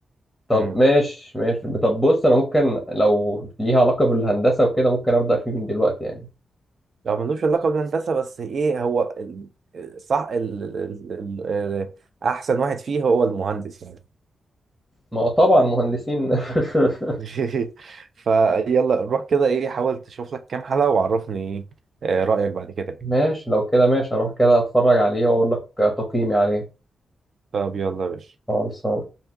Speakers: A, in the centre; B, on the right.
A: طب
B: امم
A: ماشي ماشي طب بص انا ممكن لو ليها علاقة بالهندسة وكده ممكن أبدأ فيه من دلوقتي يعني
B: لو ملوش علاقه بالهندسه بس ايه هو ال- صح ال... ال... ال... ال... احسن واحد فيه هو المهندس يعني
A: ما هو طبعا مهندسين <laughs>
B: <laughs> فيلا روح كده ايه حاول تشوف لك كام حلقه وعرفني ايه آه، رايك بعد كده
A: ماشي لو كده ماشي اروح كده اتفرج عليه واقول لك تقييمي عليه
B: طب يلا يا باشا
A: خلاص